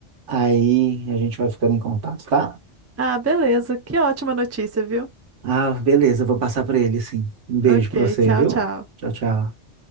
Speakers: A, on the right; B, on the right.
A: Aí a gente vai ficando em contato, tá?
B: Ah, beleza. Que ótima notícia, viu?
A: Ah, beleza, eu vou passar pra ele, sim. Um beijo
B: Ok,
A: pra você,
B: tchau,
A: viu?
B: tchau.
A: Tchau, tchau.